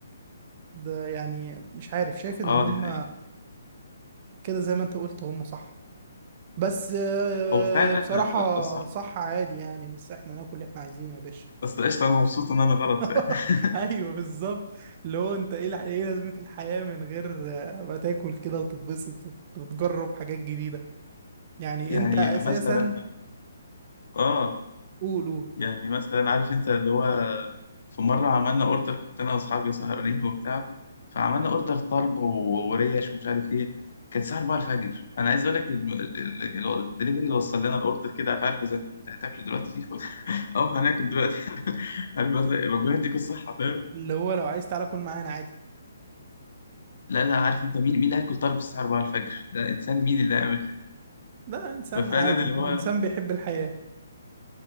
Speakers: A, on the right (about 40°); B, on the left (about 65°).
A: ده يعني مش عارف شايف ان
B: اه
A: هم
B: دي حقيقة
A: كده زي ما انت قلت هم صح بس آه،
B: هو فعلا
A: بصراحة
B: آه، ده الصح
A: صح عادي يعني بس احنا ناكل اللي احنا عايزينه يا باشا
B: بس قشطة أنا مبسوط إن أنا غلط
A: <laughs>
B: فاهم <laughs>
A: ايوه بالظبط اللي هو انت ايه الح- ايه لازمة الحياة من غير آه، ما تاكل كده وتتبسط وت- وتجرب حاجات جديدة يعني
B: يعني
A: انت اساسا
B: مثلا اه
A: قولوا
B: يعني مثلا عارف انت اللي هو في مرة عملنا اوردر كنت انا واصحابي سهرانين وبتاع فعملنا اوردر طرب و- وريش ومش عارف ايه كان الساعة 4 الفجر انا عايز اقول لك الم- ال- ال- الدليفري اللي وصل لنا الاوردر كده عارف عارف اذا انت هتاكله دلوقتي <laughs> اه هناكل دلوقتي <laughs> عارف بس إيه، ربنا يديك الصحة فاهم
A: اللي هو لو عايز تعالى كل معانا عادي
B: لا لا عارف انت مين مين اللي هياكل طرب الساعة 4 الفجر ده انسان مين اللي هيعمل كده
A: ده انسان
B: ففعلا
A: عادي
B: اللي
A: انسان
B: هو
A: بيحب الحياة